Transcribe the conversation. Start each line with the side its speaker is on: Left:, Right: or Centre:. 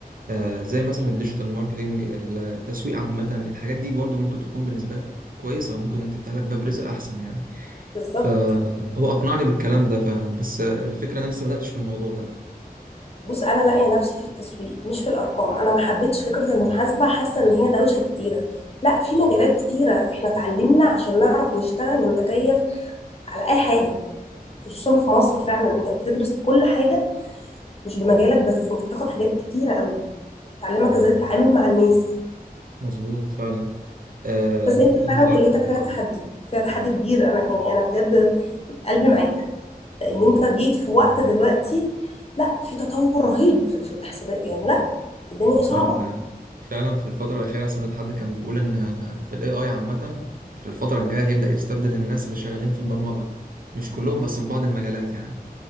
Right: آه، زي مثلا الديجيتال ماركتينج التسويق عامة الحاجات دي برضو ممكن تكون بالنسبة لك كويسة وممكن تفتح لك باب رزق أحسن يعني
Left: بالظبط
Right: فهو أقنعني بالكلام ده فعلا بس آه، الفكرة أنا لسه ما بدأتش في الموضوع ده
Left: بص انا لاقيه نفسي في التسويق مش في الارقام انا ما حبيتش فكره المحاسبه حاسه ان هي دوشه كتيره لا في مجالات كتيرة احنا اتعلمنا عشان نعرف نشتغل ونتكيف على اي حاجه خصوصا في مصر فعلا انت بتدرس كل حاجه مش بمجالك بس انت بتاخد حاجات كتيره قوي بتعلمك ازاي تتعامل مع الناس
Right: مظبوط فعلا آه،
Left: بس انت
Right: نزول
Left: فعلا كليتك فيها تحدي فيها تحدي كبير انا يعني انا بجد قلبي معاك لان انت جيت في وقت دلوقتي لا في تطور رهيب في في الحسابات يعني لا الدنيا صعبه
Right: من فعلا في الفترة الأخيرة سمعت حد كان بيقول إن آه، ال AI عامة في الفترة الجاية هيبدأ يستبدل الناس اللي شغالين في البرمجة مش كلهم بس في بعض المجالات يعني